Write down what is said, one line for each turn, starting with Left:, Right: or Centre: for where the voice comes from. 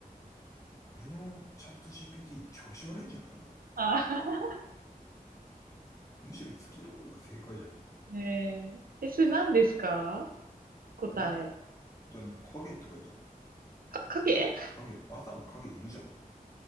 Left: 俺のチャット GPT 調子悪いんじゃないこれ。
Right: あ <laughs>
Left: むしろ月の方が正解じゃん、これ。
Right: えー、え、それ何ですか答え。
Left: ん答えの影って書いてある。
Right: か、影
Left: 影、朝も影いるじゃん。